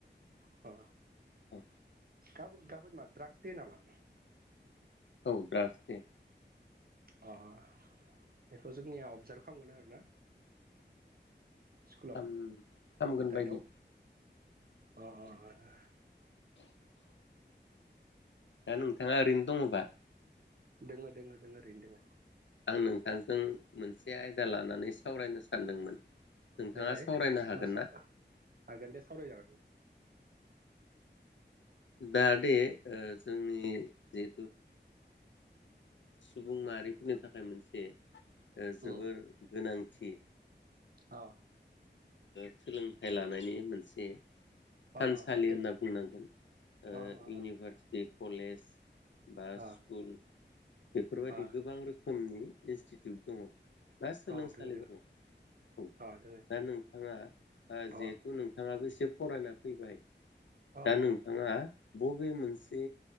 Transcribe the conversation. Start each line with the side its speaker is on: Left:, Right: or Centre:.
Right: अ।
Left: औ।
Right: गाब गाबोन मा द्राग्स दे नामा।
Left: और द्राकस दे
Right: अ अ बेखौ जोंनिया अबजार्भ खालामगोन आरोना। स्कुलाव
Left: हाम हामगोन
Right: दाइटआव
Left: बायदि।
Right: अ अ अ ओ औ।
Left: दा नोंथाङा ओरैनो दङबा?
Right: दोङो दोङो दोङो ओरैनो दोङो।
Left: आं नोंथांजों मोनसे आयदा लानानै सावरायनो सानदोंमोन। नोंथाङा
Right: देलाय
Left: सावरायनो हागोन
Right: ओ साव
Left: ना
Right: हागोन दे सावराय जागोन।
Left: दा दे। ओ जोंनि जि सुबुं माहारिफोरनि थाखाय मोनसे ओ जोबोर
Right: उम
Left: गोनां थि।
Right: अ।
Left: सोलोंथाइ लानायनि मोनसे
Right: अ
Left: थानसालि
Right: अ दोन
Left: होनना बुंनांगोन
Right: अ
Left: ओ
Right: अ
Left: इउनिभारसिटिक कलेज बास
Right: अ
Left: फुल बेफोरबायदि
Right: अ
Left: गोबां रोखोम नि एसटिथ <unintelligible> बा सोलोंसालिफोरखौ
Right: औ दोङो दोङो
Left: औ
Right: अ दोङो
Left: दा नोंथाङा आ
Right: अ
Left: जिहेथु नोंथाङाबो एसे फरायना फैबाय
Right: औ
Left: दा नोंथाङा
Right: औ
Left: ब बै मोनसे